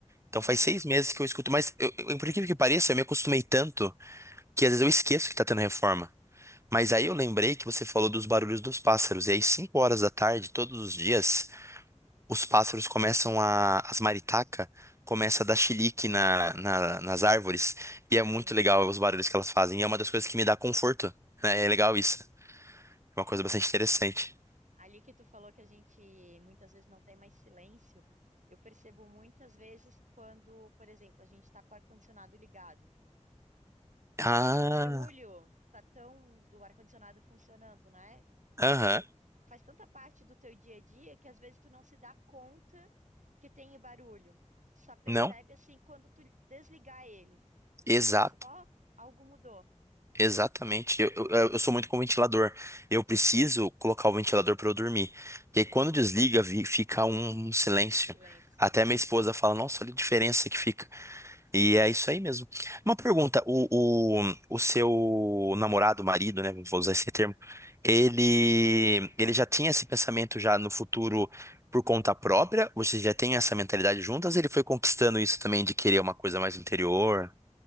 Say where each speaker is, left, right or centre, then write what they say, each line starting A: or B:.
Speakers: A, on the right (about 80°); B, on the right (about 20°).
A: Ai,
B: Então faz
A: meu
B: seis
A: Deus.
B: meses que eu escuto, mas eu, eu, por incrível que pareça, eu me acostumei tanto que às vezes eu esqueço que tá tendo reforma. Mas aí eu lembrei que você falou dos barulhos dos pássaros, e aí cinco horas da tarde, todos os dias, os pássaros começam a, as maritacas começa a dar chilique na, na- nas árvores, e é muito
A: Sim,
B: legal os barulhos que elas fazem, e é uma das coisas que me dá conforto, né?
A: sim.
B: É legal isso, é uma
A: É.
B: coisa bastante interessante.
A: Ali que tu falou que a gente muitas vezes não tem mais silêncio, eu percebo muitas vezes quando, por exemplo, a gente está com o ar-condicionado ligado. Aquele
B: Ah,
A: barulho tá tão do ar-condicionado funcionando, né?
B: aham,
A: T- Faz tanta parte do teu dia a dia que às vezes tu não se dá conta que tem barulho. Só percebe
B: Não,
A: assim quando tu desligar ele.
B: exato.
A: Aí tu pensa, ó, algo mudou.
B: Exatamente. Eu, eu, eu sou muito com ventilador. Eu preciso colocar o ventilador para eu dormir. E aí, quando desliga, vi- fica um, um silêncio.
A: Em silêncio.
B: Até minha esposa fala, nossa, olha a diferença que fica. E é isso aí mesmo. Uma pergunta, o, o, o seu namorado, marido, né? Vou usar esse termo. Ele, ele já tinha esse pensamento já no futuro por conta própria? Vocês já têm essa mentalidade juntas? Ele foi conquistando isso também de querer uma coisa mais interior?